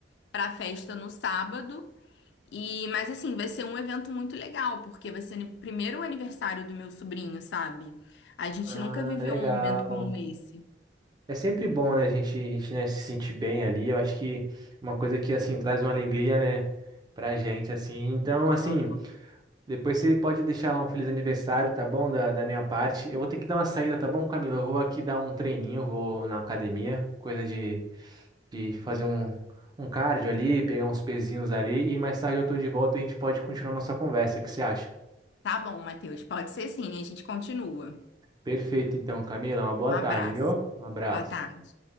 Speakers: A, on the left; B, on the right.
A: pra festa no sábado. E, mas assim, vai ser um evento muito legal, porque vai ser o primeiro aniversário do meu sobrinho, sabe? A gente
B: Ah,
A: nunca viveu
B: legal.
A: um momento como esse.
B: É sempre bom, né, a gente, a gente, né, se sentir bem ali. Eu acho que uma coisa que, assim, traz uma alegria, né, pra gente, assim. Então, assim,
A: Aham.
B: depois você pode deixar lá um feliz aniversário, tá bom? Da, da minha parte. Eu vou ter que dar uma saída, tá bom, Camila? Eu vou aqui dar um treininho, eu vou na academia, coisa de de fazer um, um cardio ali, pegar uns pezinhos ali e mais tarde eu tô de volta e a gente pode continuar nossa conversa. O que você acha?
A: Tá bom, Matheus, pode ser sim, a gente continua.
B: Perfeito, então, Camila. Uma boa
A: Um
B: tarde,
A: abraço.
B: viu? Um abraço.
A: Boa tarde.